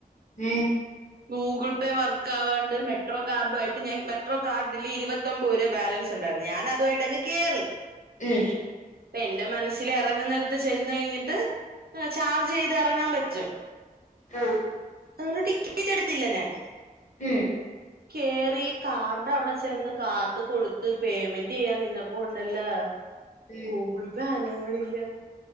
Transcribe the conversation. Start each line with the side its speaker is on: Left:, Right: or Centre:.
Left: ഉം
Right: ഗൂഗിൾ പേ വർക്ക് ആവാണ്ട് മെട്രോ കാർഡു ആയിട്ട് ഞാൻ മെട്രോ കാർഡില് ഇരുപത്തിൊൻമ്പത് രൂപ ബാലൻസ് ഉണ്ടായിരുന്നു ഞാൻ അതുമായിട്ട് അങ്ങ് കയറി
Left: ഉഹ
Right: ഇപ്പ എൻന്റെ മനസ്സിൽ ഇറങ്ങുന്നിടുത്ത് ചെന്ന് കഴിഞ്ഞിട്ട് ചാർജ് ചെയ്ത് ഇറങ്ങാൻ പറ്റും
Left: ആ
Right: അതനട ഇീതെടുത്തില്ല ഞാൻ
Left: ഉം
Right: കേറി കാർഡ് അവിടെ ചെന്ന് കാർഡ് കൊടുത്ത് പേയ്മെന്റ് ചെയ്യാൻ നിന്നപ്പോ ഉണ്ടല്ലേ
Left: ഉം
Right: ഗൂഗൾ പനങ്ങളില്ല